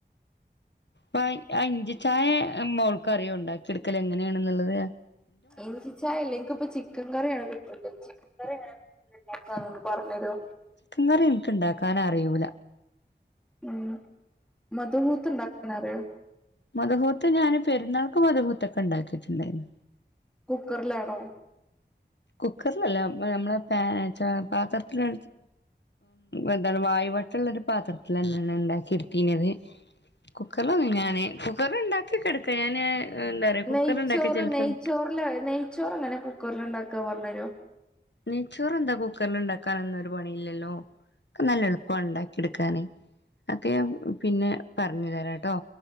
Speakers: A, on the left (about 75°); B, in the centre.
A: പ്പ ഇഞ്ചി ചായ മോൾക്കറിയൊ ഇണ്ടാക്കി ഇടുക്കല് എങ്ങനെയാണ്ന്ന്ള്ളത്
B: ഇഞ്ചി ചായല്ലന്ക്ക്പൊ ചി ചിക്കൻ കറിയാണ് കിട്ടണ്ടത് ചിക്കൻ കറി എങ്ങനെണ്ടാകാന്ന് പറഞ്ഞെരോ
A: ക്കൻ കറി ഇന്ക്ക് ഇണ്ടാക്കാനറിയൂല
B: ഉം മധ്മൂത്ത്ണ്ടാക്കാനറിയോ
A: മധുഹൂത്ത് ഞാന് പെരുന്നാൾക്ക് മധുഹൂത്തൊക്കെ ഇണ്ടാക്കീട്ട്ണ്ടെയ്നു
B: കുക്കർലാണൊ
A: കുക്കർലല്ല നമ്മളെ പാ പാത്രത്തിലാ എന്താണ് വായു വട്ട്ള്ള ഒരു പാത്രത്തിലന്നെയാണ് ഞാന് ഇണ്ടാക്കി ഇട്ത്തീന്നത് കുക്കറിലൊന്നും ഞാന് കുക്കറില് ഇണ്ടാക്കിക്കെടുക്ക ഞാന് എന്താ പറയാ കുക്കറില്ണ്ടാക്കിയ
B: നെയ്ച്ചോറ്
A: ചെലപ്പം
B: നെയ്ച്ചോറ്ല് നെയ്ച്ചോറ് എങ്ങനെ കുക്കറ്ല് ഇണ്ടാക്ക പറഞ്ഞേരൊ
A: നെച്ചോറെന്താ കുക്കറില്ണ്ടാക്കാനൊന്നും ഒര് പണിയില്ലല്ലൊ നല്ല എളുപ്പ ഇണ്ടാക്കി ഇട്ക്കാന് അതൊക്കെ ഞാ പിന്നെ പറഞ്ഞ് തരാട്ടൊ